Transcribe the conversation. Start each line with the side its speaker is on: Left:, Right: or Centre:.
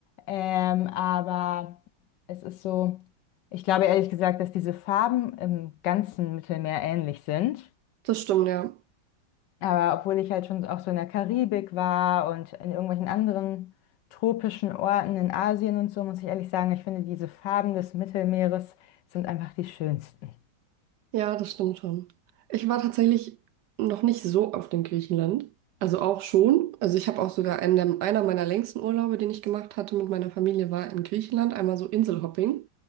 Left: ähm, aber es ist so, ich glaube ehrlich gesagt, dass diese Farben im ganzen Mittelmeer ähnlich sind.
Right: Das stimmt, ja.
Left: Aber obwohl ich halt schon auch so in der Karibik war und in irgendwelchen anderen tropischen Orten in Asien und so, muss ich ehrlich sagen, ich finde diese Farben des Mittelmeeres sind einfach die schönsten.
Right: Ja, das stimmt schon. Ich war tatsächlich noch nicht so oft in Griechenland. Also auch schon. Also ich habe auch sogar einen, der- einer meiner längsten Urlaube, den ich gemacht hatte mit meiner Familie, war in Griechenland. Einmal so Inselhopping.